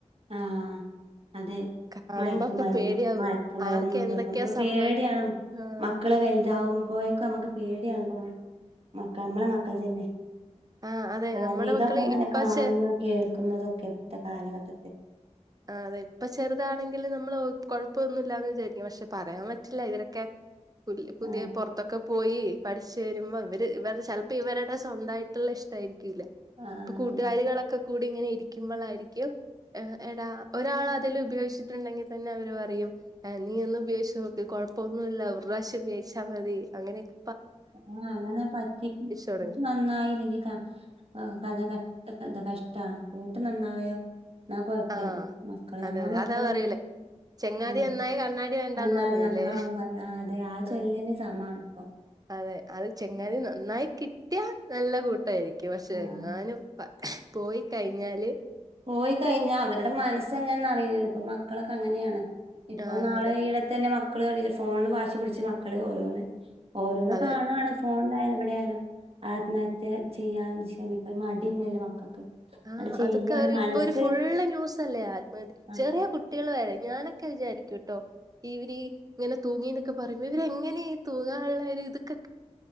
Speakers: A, on the right (about 55°); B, on the right (about 30°).
A: ആഹ് അതെ
B: കാണുമ്പോക്കെ
A: മയക്കുമരുന്ന്
B: പേടിയാവ്
A: മയക്കുമരുന്ന്
B: ആർക്ക്
A: കൊണ്ടൊക്കെ
B: എന്തൊക്കെയാ
A: നമുക്ക്
B: സംഭവി
A: പേടിയാകുവ
B: ആഹ്
A: മക്കള് വലുതാവുമ്പോഴേക്ക് നമക്ക് പേ ടിയാണിപ്പം മ കമ്മട മക്കൾ തന്നെ
B: ആഹ് അതെ
A: കാരണം
B: നമ്മുടെ
A: ഇതൊക്കെ
B: മക്കള്
A: അങ്ങനെ
B: ഇപ്പ
A: കാണുന്ന
B: ചെ
A: കേൾക്കുന്നതൊക്കെ ഇപ്പത്തെ കാലഘട്ട
B: അതെ ഇപ്പൊ ചെറുതാണെങ്കില് നമ്മള് കൊഴൊപ്പൊന്നില്ലാന്ന് വിചാരിക്കും പക്ഷെ പറയാൻ പറ്റില്ല ഇവരൊക്കെ പുല് പുതിയ
A: ആഹ്
B: പൊറത്തൊക്ക പോയി പഠിച്ചു വരുമ്പൊ ഇവര് ഇവരുടെ ചെൽപ്പ ഇവരട സ്വന്തയിട്ടുള്ള ഇഷ്ടായിരിക് ക്കില്ല
A: ആഹ്
B: ഇപ്പ കൂട്ടുകാരിളൊക്കെ
A: അതെ
B: കൂടി ഇങ്ങനെ ഇരിക്കുമ്പോളായിരിക്കും എടാ ഒരാള തെല്ലും ഉപയോഗിച്ചിട്ടുണ്ടെങ്കി തന്ന അവര് പറയും നീ ഒന്ന് ഉപയോഗിച്ച് നോക്ക് കുഴപ്പൊന്നുല്ല ഒരുറാവിശം ഉപയോഗിച്ചാ മതി അങ്ങനെക്ക
A: ആ അങ്ങന പറ്റി കു
B: തുടങ്ങുക
A: <unintelligible> നന്നായില്ലെങ്കി ക കഥ കഴി അതൊക്കന്ത കഷ്ടാണ് കൂട്ട് നന്നായാ എന്ന കൊഴപ്പില്ല
B: ആഹ്
A: മക്കള്
B: അതെ
A: ഞമ്മള
B: അതെ
A: മക്കളില്ലെ
B: അതാ പറയലേ ചെങ്ങാതി
A: ആഹ്
B: നന്നായി കണ്ണാടി വേണ്ടാന്ന്
A: ഒന്നാണ്
B: പറയൂലേ
A: നന്നാവും പറയാ ആഹ് അതെ ആ ചൊല്ലിന്
B: ആഹ്
A: സമാണ് ഇപ്പം
B: അതെ അത് ചെങ്ങാതി നന്നായി കിട്ടിയ നല്ല കൂട്ടായിരിക്കും ക്കെ പക്ഷെ
A: ആഹ്
B: എങ്ങാനും പ പോയി കഴിഞ്ഞാല്
A: പോയി കഴിഞ്ഞ അവരുടെ മനസ്സെങ്ങനാന്ന് അറിയില്ലല്ലോ ഇപ്പൊ മക്കളെ കാ അങ്ങനെയാണ് ഇപ്പോ
B: ആഹ്
A: നാളെ
B: അതെ
A: ഇടെ തന്നെ മക് ക്കള് കണ്ല്ലെ ഫോണിന് വാശി പിടിച്ച് മക്കളെ ഓരോന്ന് ഓരോന്ന്
B: അതെ
A: കാണുവാണ് ഫോണിലായാലും എവിടെയാലും ആത്മഹത്യ ചെയ്യാൻ ക്ഷമിക്ക മടിയില്ലല്ലോ മക്കൾക്ക്
B: ആഹ്
A: അങ്ങട് ചെയ്യാണ്
B: അതക് ഇപ്പോ
A: മനസ്സ്
B: ഒരു ഫുള് ന്യൂസല്ലേ ആത്മഹത്യ
A: ആ
B: ചെറിയ കുട്ടികൾ വരെ ഞാനൊക്കെ വിചാരിക്കൂട്ടോ ഇവരീ ഇങ്ങനെ തൂങ്ങി എന്നൊക്കെ പറയുമ്പോ ഇവര്ങ്ങനെ തൂങ്ങാനുള്ള ഇതൊക്കെെ